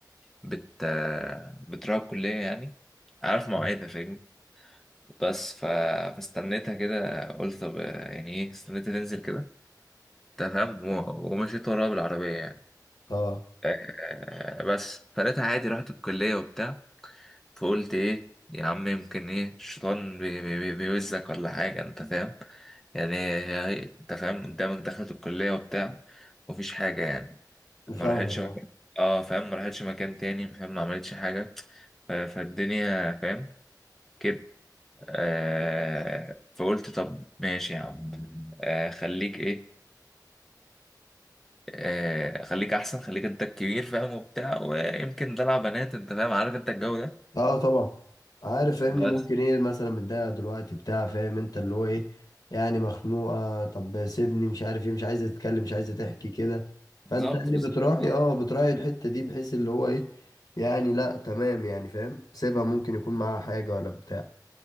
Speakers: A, in the centre; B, on the left.
A: بت آه، بتروح الكليه يعني عارف مواعيدها
B: اه
A: فاهمني بس ف... فاستنيتها كده قلت طب آه، يعني ايه استنيتها تنزل كده تمام و- ومشيت وراها بالعربية يعني
B: آه.
A: آه، بس فلقيتها عادي رحت الكلية وبتاع فقلت ايه يا عم يمكن ايه الشيطان بي- بي- بي- بيوزك ولا حاجة انت فاهم يعني هي- انت فاهم قدامك دخلت الكلية وبتاع مفيش حاجة يعني ما
B: فاهمك
A: راحتش
B: اه
A: مكان اه فاهم ما راحتش مكان تاني فاهم ما عملتش حاجة ف- فالدنيا فاهم كده آه فقلت طب ماشي يا عم آه خليك ايه آه، خليك احسن خليك انت الكبير فاهم وبتاع ويمكن دلع بنات انت فاهم عارف انت الجو ده
B: اه طبعا عارف فاهمني
A: بس
B: ممكن ايه مثلا متضايقه دلوقتي بتاع فاهم انت اللي هو ايه يعني مخنوقه طب سيبني مش عارف ايه مش عايزه تتكلم مش عايزه تحكي كده
A: بالظبط
B: فانت يعني
A: بالظبط
B: بتراعي
A: آه.
B: اه بتراعي الحته دي بحيث اللي هو ايه يعني لا تمام يعني فاهم سيبها ممكن يكون معاها حاجه ولا بتاع